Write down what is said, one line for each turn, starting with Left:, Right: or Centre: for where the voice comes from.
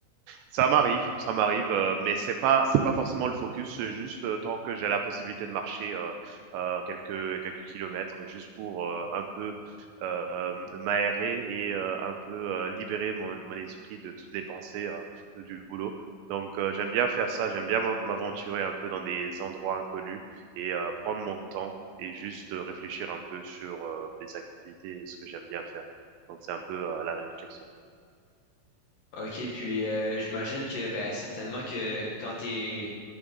Right: Ça m'arrive, ça m'arrive, heu, mais c'est pas c'est pas forcément le focus, c'est juste, heu, tant que j'ai la possibilité de marcher, heu heu, quelques quelques kilomètres juste pour, heu, un peu, hem, m'aérer et heu, un peu, heu, libérer mon mon esprit de toutes les pensées, heu, du boulot. Donc heu, j'aime bien faire ça, j'aime bien m'av m'aventurer un peu dans des endroits inconnus et heu, prendre mon temps et juste, heu, réfléchir un peu sur, heu, mes activités et ce que j'aime bien faire. Donc c'est un peu, heu, la réflexion.
Left: OK, puis euh, j'imagine que ben certainement que quand t'es